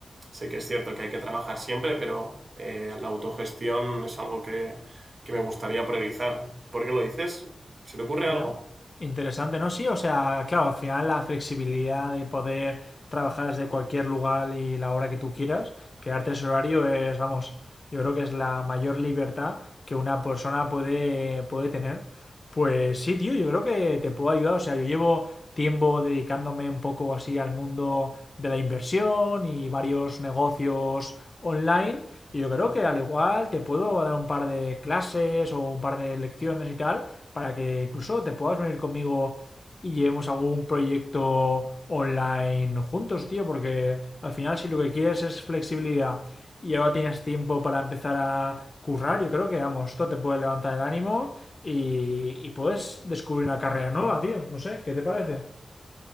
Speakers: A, on the right (about 40°); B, on the left (about 35°).
A: sé que es cierto que hay que trabajar siempre, pero eh, la autogestión es algo que, que me gustaría priorizar. ¿Por qué lo dices? ¿Se te ocurre
B: Ya,
A: algo?
B: interesante, ¿no? Sí, o sea, claro, al final la flexibilidad de poder trabajar desde cualquier lugar y la hora que tú quieras, crearte ese horario es, vamos, yo creo que es la mayor libertad que una persona puede, puede tener. Pues sí, tío, yo creo que te puedo ayudar, o sea, yo llevo tiempo dedicándome un poco así al mundo de la inversión y varios negocios online. Y yo creo que al igual te puedo dar un par de clases o un par de lecciones y tal para que incluso te puedas venir conmigo y llevemos algún proyecto online juntos, tío, porque al final si lo que quieres es flexibilidad y ahora tienes tiempo para empezar a currar, yo creo que, vamos, esto te puede levantar el ánimo y, y puedes descubrir una carrera nueva, tío. No sé, ¿qué te parece?